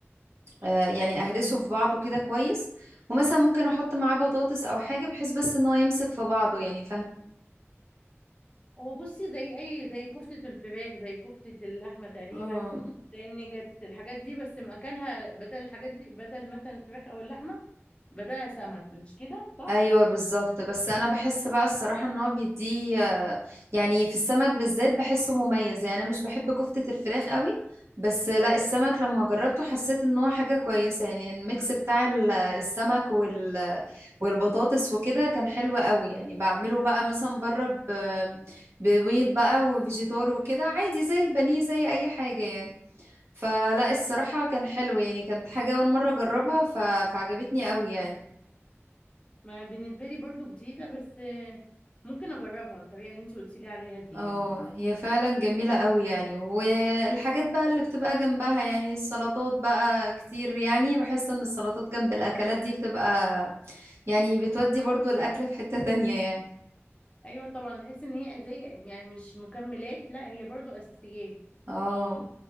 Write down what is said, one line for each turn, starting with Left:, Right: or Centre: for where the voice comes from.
Right: آه، يعني اهرسه في بعضه كده كويس ومثلا ممكن احط معاه بطاطس او حاجة بحيث بس ان هو يمسك في بعضه يعني
Left: هو بصي زي اي زي كفتة الفراخ زي كفتة اللحمة تقريبا
Right: فاهماني
Left: زي النجت الحاجات دي بس مكانها بدل الحاجات دي بدل مثلا الفراخ او اللحمة بدلها سمك مش كده صح
Right: ايوه بالظبط بس انا بحس بقى الصراحه ان هو بيديه آه، يعني في السمك بالذات بحسه مميز يعني انا مش بحب كفته الفراخ قوي بس لا السمك لما جربته حسيت ان هو حاجه كويسه يعني الميكس بتاع ال- السمك وال والبطاطس وكده كان حلو قوي يعني بعمله بقى مثلا بره ب- ببيض بقى وفيجيتار وكده عادي زي البانيه زي اي حاجه يعني فلا الصراحه كان حلو يعني كانت حاجه اول مره اجربها ف... فعجبتني قوي يعني
Left: ما بالنسبة لي برضو جديدة بس آه، ممكن اجربها الطريقة اللي انت قلتي لي عليها دي
Right: اه
Left: يعني
Right: هي فعلا جميلة قوي يعني والحاجات بقى اللي بتبقى جنبها يعني السلطات بقى كتير يعني بحس ان السلطات جنب الاكلات دي بتبقى يعني بتودي برضو الاكل في حتة تانية يعني
Left: ايوه طبعا تحس ان هي زي يعني مش مكملات لا هي برضو اساسيات
Right: اه